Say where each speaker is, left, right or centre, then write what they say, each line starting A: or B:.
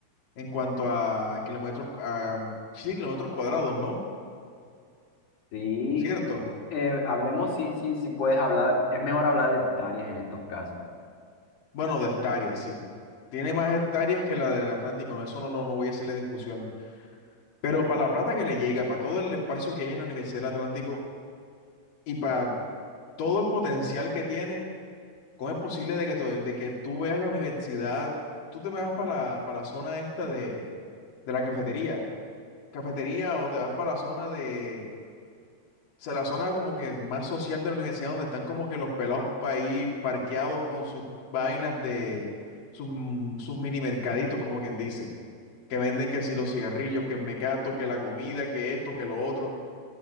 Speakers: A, on the left; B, on the left.
A: en cuanto a kilómetros, a, sí, kilómetros cuadrados, ¿no?
B: Sí,
A: ¿Cierto?
B: eh, hablemos, sí, sí, sí puedes hablar, es mejor hablar de hectáreas en estos casos.
A: Bueno, de hectáreas, sí. Tiene más hectáreas que la del Atlántico, no, eso no, lo, no voy a hacerle discusión. Pero para la plata que le llega, para todo el espacio que hay en la Universidad del Atlántico y para todo el potencial que tiene, ¿cómo es posible de que, to- de que tú veas la universidad, tú te vas para la, para la zona esta de, de la cafetería? Cafetería o te vas para la zona de sea, la zona como que más social de la universidad, donde están como que los pelados pa' ahí parqueados con sus vainas de sus, mm, sus mini mercaditos, como quien dice, que venden que si los cigarrillos, que el mecato, que la comida, que esto, que lo otro.